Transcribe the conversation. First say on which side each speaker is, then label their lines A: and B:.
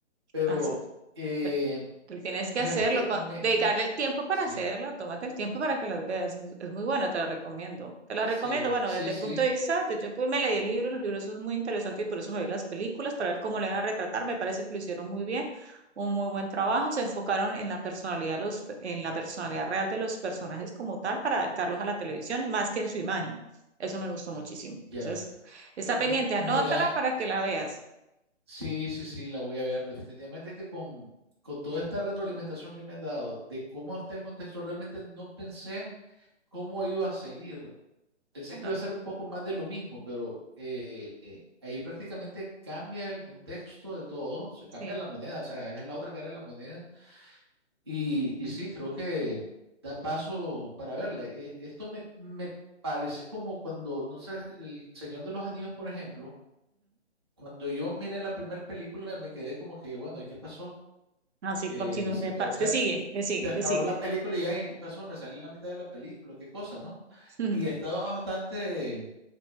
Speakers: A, on the right; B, on the right.
A: Pero
B: Así.
A: eh,
B: Pero tú tienes que
A: fíjate
B: hacerlo,
A: que
B: con-
A: me,
B: dedicarle
A: m-
B: el tiempo para
A: sí,
B: hacerlo, tómate el tiempo para que las veas. Es, es muy bueno, te lo recomiendo. Te lo
A: sí,
B: recomiendo, bueno,
A: sí,
B: desde
A: sí,
B: el punto de vista, de- yo pues me leí el libro, los libros son muy interesantes y por eso me vi las películas para ver cómo le van a retratar. Me parece que lo hicieron muy bien, un muy buen trabajo. Se enfocaron en la personalidad, los, pe- en la personalidad real de los personajes como tal para adaptarlos a la televisión y más que en su imagen. Eso me gustó muchísimo.
A: ya.
B: Entonces, está pendiente,
A: Mi-
B: anótala
A: mira,
B: para que la veas.
A: sí, sí, sí, la voy a ver. Definitivamente que con, con toda esta retroalimentación que me has dado de cómo está el contexto, realmente no pensé cómo iba a seguir. Pensé
B: Ano-
A: que iba a ser un poco más de lo mismo, pero eh, eh, ahí prácticamente cambia el contexto de todo, se cambia
B: Sí.
A: la moneda, o sea, es la otra cara de la moneda. Y, y sí, creo que da paso para verla. Eh, esto me, me parece como cuando, no sé, El Señor de los Anillos, por ejemplo, cuando yo miré la primera película me quedé como que, bueno, ¿y qué pasó?
B: Así
A: Eh,
B: continuos
A: se
B: de
A: acabó,
B: paz.
A: o sea,
B: ¿Qué sigue? ¿Qué sigue?
A: se acabó
B: ¿Qué sigue?
A: la película y ya, ¿y qué pasó? Me salí en la mitad de la película, qué cosa, ¿no?
B: <laughs>
A: Y estaba bastante